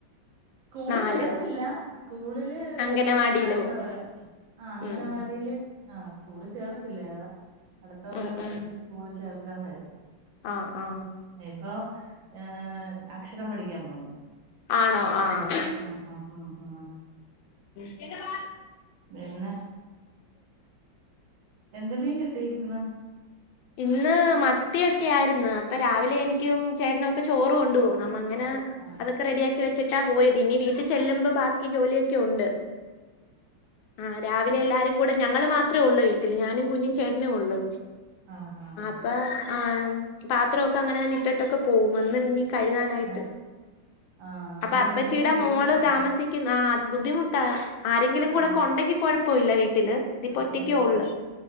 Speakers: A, on the right; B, on the left.
A: സ്കൂള്
B: നാല്
A: ചേർത്തില്ല. സ്കൂളില്
B: അംഗനവാടിയില്
A: പിന്നെ അട്ത്ത
B: പോവും
A: കൊല്ലം. ആഹ് അങ്ങനവാടിയില്.
B: ഉം
A: ആഹ് സ്കൂളി ചേർത്തില്ല അയാളെ. അടുത്ത കൊല്ലം
B: ഉം ഉം
A: സ്കൂളി ചേർക്കാന്നായിരുന്നു.
B: ആ ആ
A: ഇപ്പൊ ഈഹ് അക്ഷരം പഠിക്കാൻ പോന്നു.
B: ആണോ? ആഹ്.
A: ആഹ് ഹാ ഹാ ഹാ.
B: <unintelligible>
A: പിന്നെ? എന്ത് മീൻ കിട്ടി ഇന്ന്?
B: ഇന്ന് മത്തിയൊക്കെ ആയിരുന്നു. അപ്പൊ രാവിലെ എനിക്കും ചേട്ടനും ഒക്കെ ചോറ് കൊണ്ടു പോണം. അങ്ങനെ.
A: ആഹ്
B: അതൊക്കെ റെഡിയാക്കി വെച്ചിട്ടാ പോയത്. ഇനി വീട്ടിൽ ചെല്ലുമ്പോ ബാക്കി ജോലിയൊക്കെ ഉണ്ട്. ആഹ് രാവിലെ എല്ലാരും കൂടെ, ഞങ്ങള് മാത്രേ ഉള്ളൂ വീട്ടില്. ഞാനും കുഞ്ഞും ചേട്ടനെ ഉള്ളു.
A: ആഹ് ഹാ.
B: ആഹ് ആഹ്. പാത്രൊക്കെ അങ്ങനെ തന്നെ ഇട്ടിട്ടൊക്കെ പോവും. വന്ന് ഇനി കഴുകാനായിട്ട്
A: ആഹ് ആഹ്
B: അപ്പം
A: അത്
B: അപ്പച്ചിടെ
A: ഭയങ്കര ബുദ്ധിമുട്ടല്ലേ
B: മോള് താമസി ക്കുന്ന ആ ബുദ്ധിമുട്ടാ ആരെങ്കിലും കൂടെ
A: ആഹ്
B: ഒക്കെ ഉണ്ടെങ്കിൽ കൊഴപ്പമില്ല വീട്ടില്. ഇതിപ്പൊറ്റക്കെ
A: കൊഴപ്പമില്ല
B: ഉള്ളു